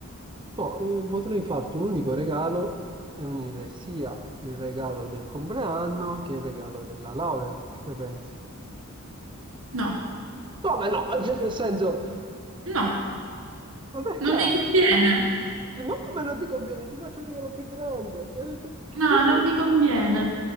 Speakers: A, on the right; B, on the right.
A: boh, eh, potrei farti un unico regalo e unire sia il regalo del compleanno che il regalo della laurea. Che ne pensi?
B: No,
A: Come no? <laughs> Cioè, nel senso,
B: no,
A: ma perché?
B: non mi conviene.
A: Ma come non ti conviene? Ti faccio un regalo più grande. E ho detto,
B: No,
A: io
B: non
A: poi...
B: mi conviene.